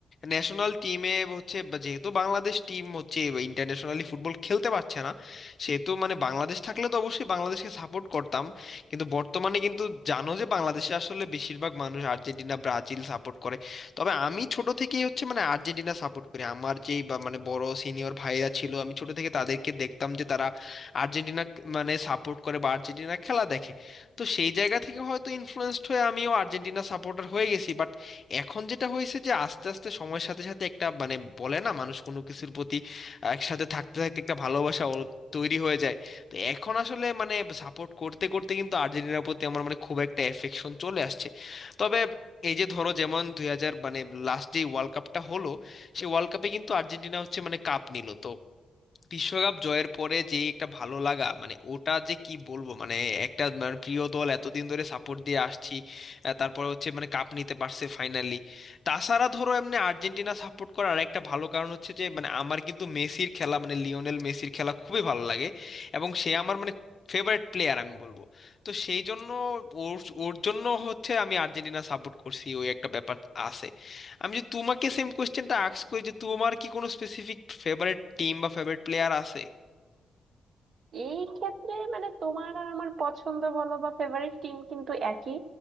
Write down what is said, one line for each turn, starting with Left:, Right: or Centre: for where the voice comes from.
Left: ন্যাশনাল টিমে হচ্ছে বা- যেহেতু বাংলাদেশ টিম হচ্ছে ইন্টারন্যাশনালি ফুটবল খেলতে পারছে না সেহেতু মানে বাংলাদেশ থাকলে তো অবশ্যই বাংলাদেশকে সাপোর্ট করতাম কিন্তু বর্তমানে কিন্তু জানো যে বাংলাদেশে আসলে বেশিরভাগ মানুষ আর্জেন্টিনা ব্রাজিল সাপোর্ট করে তবে আমি ছোট থেকেই হচ্ছে মানে আর্জেন্টিনা সাপোর্ট করি আমার যেই বা মানে বড় সিনিয়র ভাইরা ছিল আমি ছোট থেকে তাদেরকে দেখতাম যে তারা আর্জেন্টিনা মানে সাপোর্ট করে বা আর্জেন্টিনা খেলা দেখে তো সেই জায়গা থেকে হয়তো ইনফ্লুয়েন্সড হয়ে আমিও আর্জেন্টিনা সাপোর্টার হয়ে গেছি বাট এখন যেটা হয়েছে যে আস্তে আস্তে সময়ের সাথে সাথে একটা মানে বলে না মানুষ কোনো কিছুর প্রতি একসাথে থাকতে থাকতে একটা ভালোবাসা ওর তৈরি হয়ে যায় তো এখন আসলে মানে সাপোর্ট করতে করতে কিন্তু আর্জেন্টিনার প্রতি আমার মানে খুব একটা এফেকশন চলে আসছে তবে এই যে ধরো যেমন দুই হাজার মানে লাস্ট যে ওয়ার্ল্ড কাপটা হলো সেই ওয়ার্ল্ড কাপে কিন্তু আর্জেন্টিনা হচ্ছে মানে কাপ নিল তো বিশ্বকাপ জয়ের পরে যে একটা ভালো লাগা মানে ওটা যে কি বলবো মানে একটা মানে প্রিয় দল এতদিন ধরে সাপোর্ট দিয়ে আসছি আহ, তারপরে হচ্ছে মানে কাপ নিতে পারছে ফাইনালি তাছাড়া ধরো এমনি আর্জেন্টিনা সাপোর্ট করার একটা ভালো কারণ হচ্ছে যে মানে আমার কিন্তু মেসির খেলা মানে লিওনেল মেসির খেলা খুবই ভালো লাগে এবং সে আমার মানে ফেভারিট প্লেয়ার আমি বলবো তো সেই জন্য ওর ওর জন্য হচ্ছে আমি আর্জেন্টিনা সাপোর্ট করছি ওই একটা ব্যাপার আছে আমি যদি তোমাকে সেম কোয়েশ্চেনটা আস্ক করি যে তোমার কি কোনো স্পেসিফিক ফেভারিট টিম বা ফেভারিট প্লেয়ার আছে
Right: এই ক্ষেত্রে মানে তোমার আর আমার পছন্দ বলো বা ফেভারিট টিম কিন্তু একই